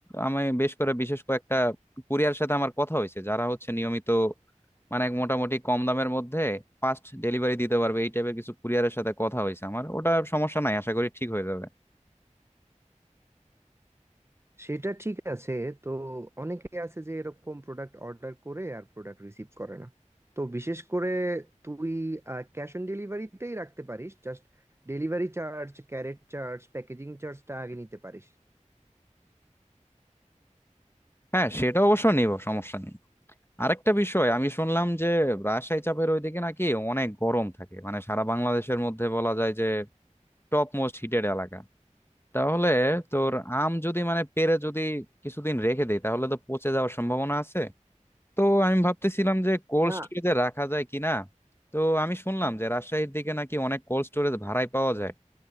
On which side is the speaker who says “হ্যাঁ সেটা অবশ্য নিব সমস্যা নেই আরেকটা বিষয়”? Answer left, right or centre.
Left